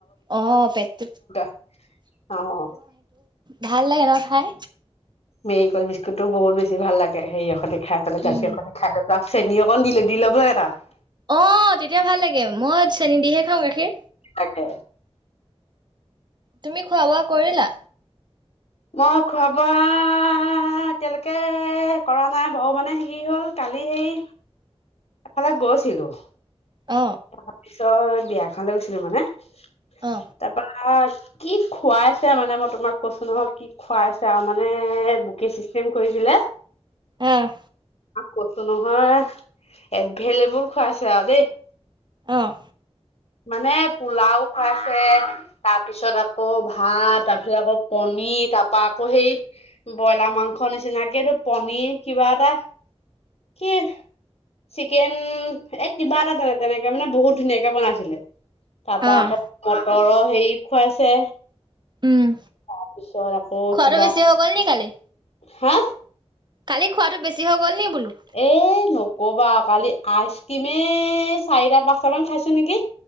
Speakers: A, on the right; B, on the left.
A: অ পেটটো
B: খালা <unintelligible> অ।
A: ভাল লাগে ন খাই?
B: মেৰিগোল বিস্কুতটো বহুতে বেছি ভাল লাগে সেৰি সঁতে খাই পেলাই গাখীৰ
A: উম
B: সতে। <unintelligible> চেনী অকণ দিলো দি ল'ব লাগে তাত
A: অ তেতিয়া ভাল লাগে মই চেনী দিহে খাওঁ গাখীৰ
B: তাকে
A: তুমি খোৱা বোৱা কৰিলা
B: মই খোৱা বোৱা এতিয়ালৈকে কৰা নাই বাও মানে সি হ'ল কালি হেৰি এফালে গৈছিলো
A: অ
B: তাৰপিছত বিয়া এখনে গৈছিলো মানে তাৰপা
A: অ
B: কি খুৱাইছে মানে মই তোমাক কৈছো নহয় কি খুৱাইছে আও মানে বুকে চিষ্টেম কৰিছিলে
A: অহ
B: কৈছো নহয় এভেইলেবোল খুৱাইছে আও দেই
A: অহ
B: মানে পোলাও খুৱাইছে তাৰ পিছত আকৌ ভাত তাৰ পিছত আকৌ পনিৰ তাপা আকৌ সেই ব্ৰইলাৰ মাংস নিচিনাকে এটো পনিৰ কিবা এটা কি চিকেন এক কিবা এটা <unintelligible> তেনেকে মানে বহুত ধুনীয়াকে বনাইছিলে তাৰ পৰা
A: আহ
B: আকৌ মটৰৰ হেৰি খুৱাইছে
A: উম
B: তাৰপিছত আকৌ
A: খুৱাটো
B: কিবা
A: বেছি হৈ গল নেকি কালি
B: হা
A: কালি খোৱাটো বেছি হৈ গ'ল নি বোলো
B: এ নকবা কালি আইচ ক্ৰিমে চাৰিটা পাঁচটা মান খাইছো নেকি